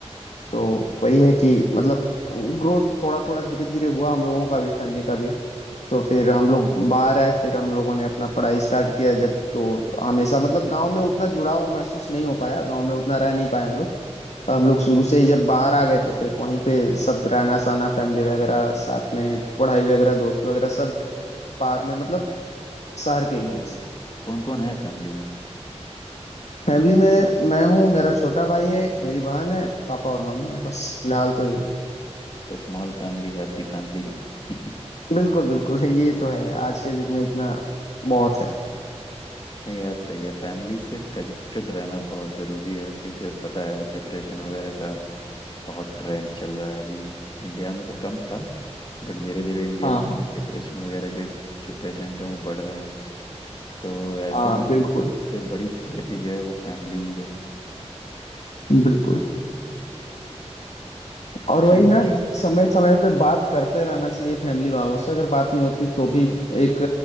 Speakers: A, on the left; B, on the left.
A: तो वही है कि मतलब ग्रोथ थोड़ा थोड़ा धीरे धीरे हुआ हम लोगों का भी फैमिली का भी तो फिर हम लोग बाहर आए फिर हम लोगों ने अपना पढ़ाई स्टार्ट किया जब तो हमेशा मतलब गांव में उतना जुड़ाव महसूस नहीं हो पाया गांव में उतना रह नहीं पाए हम लोग तो हम लोग शुरू से ही जब बाहर आ गए तो फिर वहीं पे सब रहना सहना फैमिली वगैरह साथ में पढ़ाई वगैरह दोस्त वगैरह सब बाहर में मतलब शहर के
B: तो
A: ही हैं
B: कौन कौन है फैमिली में
A: फैमिली में मैं हूँ मेरा छोटा भाई है एक मेरी बहन है पापा और मम्मी है बस फिलहाल तो यही
B: Small family happy family <laughs> आ,
A: बिल्कुल बिल्कुल ये तो है आज के युग में इतना बहुत है
B: नहीं यार सही है फैमिली से कनेक्टेड रहना बहुत ज़रूरी है क्योंकि पता है डिप्रेशन वगैरह का बहुत ट्रेंड चल रहा है अभी इंडिया में तो कम था बट धीरे धीरे इंडिया
A: हाँ
B: में
A: हाँ
B: भी डिप्रेशन वगैरह के जो पेशेंट हैं वो बढ़ रहे हैं तो ऐसे
A: हाँ
B: में
A: बिल्कुल
B: सबसे बड़ी थेरेपी जो है वो फैमिली ही है
A: बिल्कुल और वही
B: फैमिली
A: ना समय समय पे बात करते रहना चाहिए फैमिली वालों से अगर बात नहीं होती तो भी एक